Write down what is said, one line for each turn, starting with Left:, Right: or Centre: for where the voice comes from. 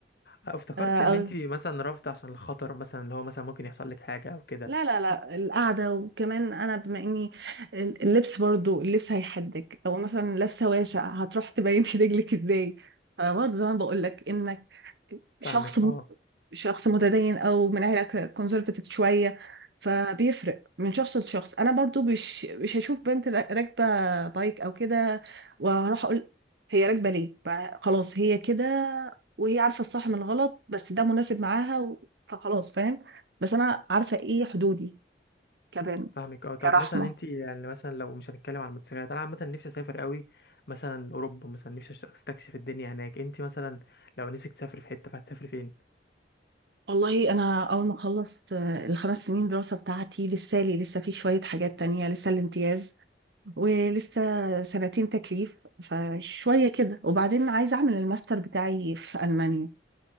Left: افتكرت
Right: آه، أو
Left: ان انت مثلا رافضه عشان الخطر مثلا اللي هو مثلا ممكن يحصل لك حاجه او كده
Right: لا لا لا القعده وكمان انا بما اني اللبس برضو اللبس هيحدك لو مثلا لابسه واسع هتروح تبين <laughs> في رجلك ازاي فبرضه زي ما بقول لك انك
Left: فاهمك
Right: شخص
Left: اه
Right: مت... شخص متدين او من عيله كونسرفتيف شويه فبيفرق من شخص لشخص انا برضو مش مش هشوف بنت را- راكبه بايك او كده واروح اقول هي راكبه ليه ف- خلاص هي كده وهي عارفه الصح من الغلط بس ده مناسب معاها و... فخلاص فاهم بس انا عارفه ايه حدودي كبنت
Left: فاهمك اه طب
Right: كرحمه
Left: مثلا انت يعني مثلا لو مش هنتكلم عن الموتوسيكلات انا عامه نفسي اسافر قوي مثلا اوروبا مثلا نفسي أشت- استكشف الدنيا هناك انت مثلا لو نفسك تسافري في حته فهتسافري فين
Right: والله انا اول ما خلصت آه، الخمس سنين دراسه بتاعتي لسه لي لسه في شويه حاجات تانية لسه الامتياز ولسه سنتين تكليف فشوية كده وبعدين عايزة أعمل الماستر بتاعي في ألمانيا